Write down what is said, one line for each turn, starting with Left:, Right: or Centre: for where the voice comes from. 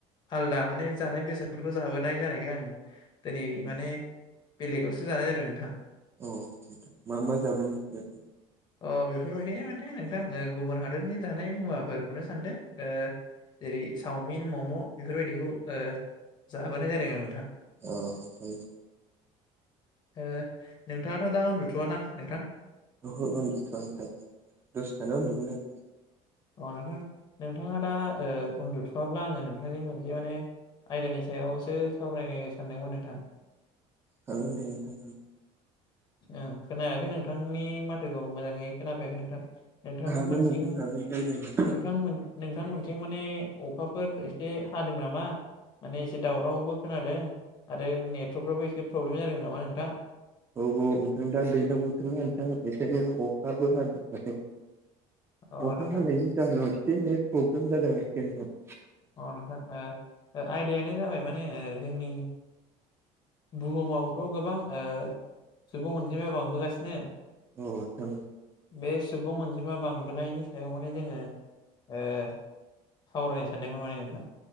Left: आलदा माने जानाय बेसादफोरखौ जाबोनाय जानायखाय आं दिनै माने बेलेगावसो जानाय जादों नोंथां
Right: औ मा मा जाबो <unintelligible>
Left: अ बेफोरबायदिनो माथे नोंथां गुबुन हादरनि जानाय मुवाफोरखौनो सानदो ओ जेरै सावमिन मम' बेफोरबायदिखौ ओ जाबोनाय जादों आरो नोंथां
Right: औ ओमफ्राय
Left: ओ नोंथाङाथ' दा उन्दुथ'वा ना नोंथां
Right: ओहो उन्दुथ'आ नोंथां दसे थाना उन्दुगोन आं
Left: अ नोंथां नोंथाङा दा ओ उन्दुथ'आब्ला आङो नोंथांजों मोनसे माने आयदानि सायावसो सावरायनो सानदोंमोन नोंथां
Right: जागोन दे नोंथां
Left: ओं खोनायाखै नोंथांनि माथोखौ मोजाङै खोनाफैयाखै नोंथां नोंथांमोनथिं
Right: हागोन नोंथां हागोन रायलायनो हागोन
Left: नोंथांमोन नोंथांमोनथिं माने अखाफोर एसे हादों नामा माने एसे दावरावबो खोनादों आरो नेटवर्कफ्राबो एसे प्रब्लेम जादों नामा नोंथां
Right: औ औ नोंथां दा दैज्लां बोथोरना नोंथां एखायनो अखाबो हादों नै
Left: अ
Right: अखा
Left: नोंथां
Right: हानायनि जाहोनाव एसे नेट प्रब्लेम जादों आरोखि आंनाव
Left: अ नोंथां ओ आयदायानो जाबाय माने ओ जोंनि बुहुमावथ' गोबां ओ सुबुं अनजिमाया बांबोगासिनो
Right: औ नोंथां
Left: बे सुबुं अन जिमा बांबोनायनि सायाव माने जोङो ओ सावरायनो सानदोंमोन माने नोंथां